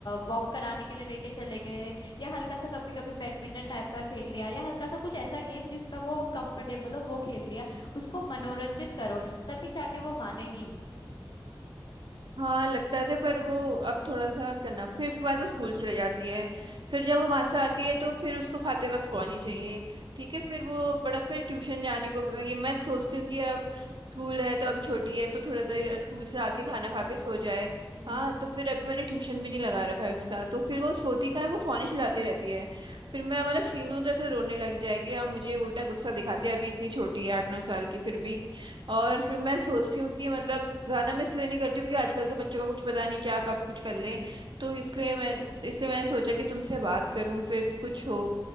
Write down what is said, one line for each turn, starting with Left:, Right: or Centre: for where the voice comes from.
Left: वॉक कराने के लिए लेके चले गए या हल्का सा कभी कभी बैडमिंटन टाइप का खेल लिया या हल्का सा कुछ ऐसा गेम जिसमें वो कंफर्टेबल हो वो खेल लिया उसको मनोरंजित करो तभी जाके वो मानेगी
Right: हाँ लगता था पर वो अब थोड़ा सा करना फिर उसके बाद वो स्कूल चले जाती है फिर जब वो वहां से आती है तो फिर उसको खाते वक्त सोनी चाहिए ठीक है फिर वो बड़ा फिर ट्यूशन जाने को ये मैं सोचती हूँ कि अब स्कूल है तो अभी छोटी है तो थोड़ा देर स्कूल से आके खाना खा के सो जाए
Left: हम्म
Right: हाँ तो फिर अभी मैंने ट्यूशन भी नहीं लगा रखा है उसका तो फिर वो सोती कहाँ है वो फोन ही चलाती रहती है फिर मैं मतलब छीनू तो ऐसे रोने लग जाएगी और मुझे उल्टा गुस्सा दिखाती है अभी इतनी छोटी है आठ नौ साल की फिर भी और फिर मैं सोचती हूँ कि मतलब ज्यादा मैं इसलिए नहीं करती हूँ क्योंकि आजकल के बच्चों का कुछ पता नहीं क्या कब कुछ कर लें तो इसलिए मैं इसलिए मैंने सोचा कि तुमसे बात करूं फिर कुछ हो